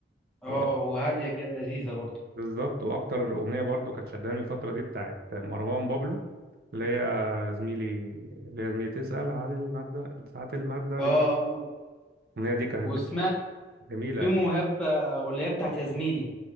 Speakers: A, in the centre; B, on the right.
A: اه
B: وأك-
A: وهادية كده لذيذة برضه
B: بالظبط واكتر اغنيه برضو كانت شداني الفتره دي بتاعت مروان بابلو اللي هي زميلي اللي هي زميلي تسأل عن المبدأ ساعة المادة
A: اه
B: بي-
A: اه
B: الأغنية دي كانت
A: وسمعت
B: بت- جميلة
A: في مهاب آه، واللي هي بتاعت يا زميلي